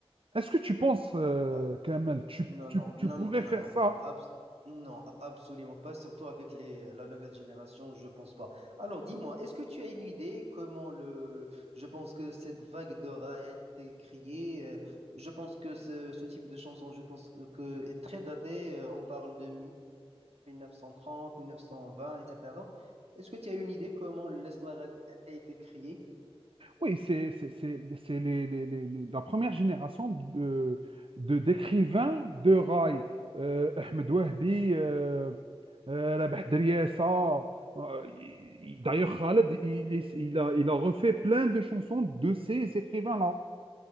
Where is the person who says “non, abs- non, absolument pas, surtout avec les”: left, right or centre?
Right